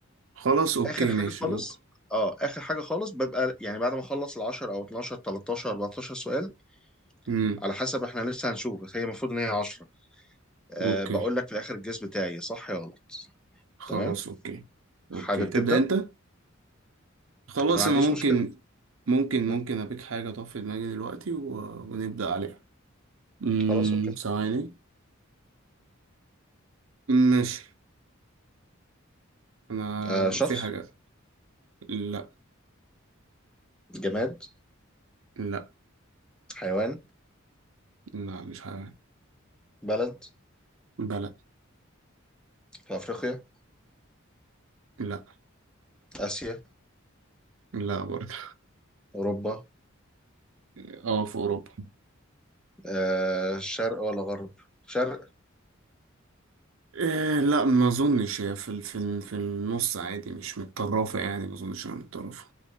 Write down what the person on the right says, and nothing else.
خلاص اوكي
ماشي
ممكن
امم
اوكي
خلاص
اوكي اوكي
تبدأ
انت خلاص
انا ممكن
ممكن
ممكن ابيك حاجة طف في دماغي دلوقتي و... ونبدأ عليها امم
ثواني ماشي انا
في حاجة لا
لا
لا مش حيوان
بلد
لا
لا برضه
اه في اوروبا
إيه لا ما اظنش هي في ال- في ال- في النص عادي مش متطرفه يعني ما اظنش انها متطرفه